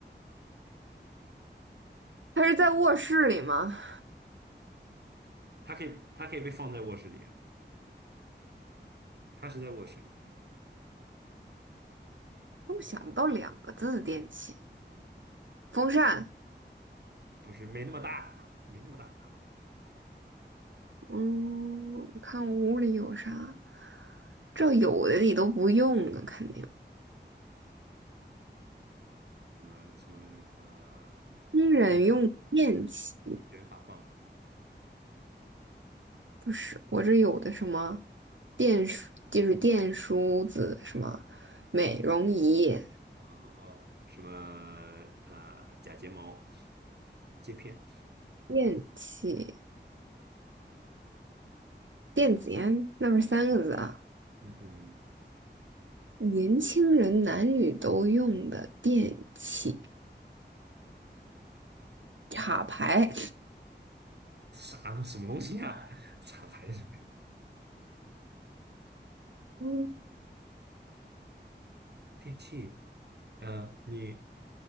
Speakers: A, on the right; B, on the right.
A: 他是在卧室里吗？
B: 它可以它可以被放在卧室里啊，它是在卧室里，嗯
A: 根本想不到两个字的电器。风扇，
B: 不是没那么大，没那么大。
A: 嗯，我看我屋里有啥。这有的你都不用啊，肯定。
B: 什么什么呃，
A: 新人用电器
B: 卷发卷卷发棒。
A: 不是，我这有的什么电梳，就是电梳子，什么美容仪、
B: 然后什么呃假睫毛、接片，
A: 电器、电子烟，那不是三个字啊？
B: 嗯嗯，
A: 年轻人男女都用的电器，插排，
B: 啥什么东西啊？<laughs> 啥牌子？
A: 嗯
B: <laughs> 电器？嗯，你